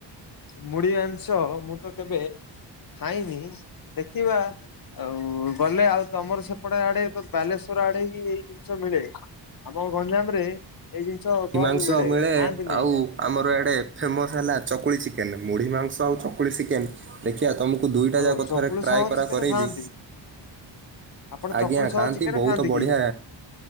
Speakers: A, on the left; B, on the right.
A: ମୁଢ଼ି ମାଂଶ ମୁଁ ତ କେବେ ଖାଇନି ଦେଖିବା- ଆଉ ଗଲେ ଆଉ ତମର ସେପଟେ ଆଡେ ତ ବାଲେଶ୍ୱର ଆଡେ ହିଁ ହେଇ ଜଷ ମିଳେ ଆମ ଗଞ୍ଜାମ ରେ ଏଇ ଜିନିଷ
B: ମୁଢ଼ି
A: କଣ
B: ମାଂସ
A: ମିଳେ ଖାଆନ୍ତିନି।
B: ଆଉ ଆମର ଏଆଡ଼େ ଫେମସ୍ ହେଲା ଚକୁଳି ଚିକେନ ମୁଢ଼ି ମାଂସ ଆଉ ଚକୁଳି ଚିକେନ୍ ଦେଖିବା ତୁମକୁ ଦୁଇଟା
A: ଓ
B: ଯାକ କ
A: ଚକୁଳି
B: ଥାରେ ଟ୍ରାଏ
A: ସହ
B: କରା
A: ଚିକେନ
B: କରେଇବି।
A: ଖାଆନ୍ତି ଆପଣ
B: ଆଜ୍ଞା
A: ଚକୁଳି ସହ
B: ଖାଆନ୍ତି
A: ଚିକେନ
B: ବହୁତ ବଢିଆ।
A: କି?